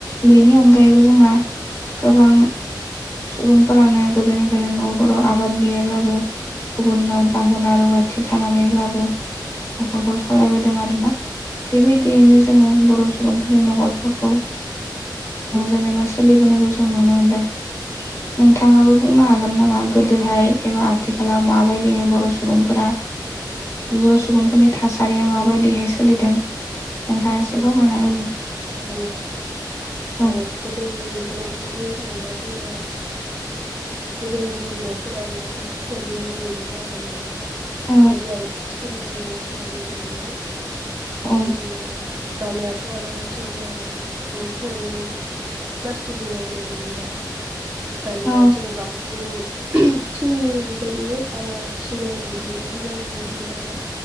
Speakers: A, on the left; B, on the right.
A: बेनि अनगा यैबो जोंना गोबां सुबुंफोरानो गोदोनिफ्रायनो न'फोराव आबाद गैयाब्लाबो गुबुनाव दाहोना रुवाथि थानानैब्लाबो न'खरखौ सालायबोदों आरोना बेबायदियैनो
B: नोंथां
A: जोङो बर' सुबुं न'खरफोरखौ जेनेबा सोलिबोनायखौ जों नुनो मोनदों नोंथाङाबो बुंनो हागोन हागोन नामा गोदोहाय एबा आथिखालाव माबायदिहाय बर' सुबुंफोरा
B: औ
A: बर' सुबुंफोरनि थासारिया माबायदिहाय सोलिदों नोंथाङा एसे
B: औ
A: फोरमायना होलाय
B: हागोन नोंथां
A: औ
B: ओ गोदोनि दिनावथ' बुंनो थाङोब्ला जोंनिया गोदोनि दिननि न'फोरा मा होनो थोरिनि लुयोमोन आरो नोंथां
A: औ
B: थोरि आरो प्लास्टिकनिबो थानाय नुनो मोनोमोन
A: औ
B: बिदिनो दानियाथ' आरो थोरि आरो थोरिनि प्लास्टिकनि न'नुनो मोनलिया दानिया
A: औ
B: जों बांसिन थिंनि बेबायदिनो बाला सिमेन्ट अन्थाइजों बानायनाय नुनो मोनो आरोना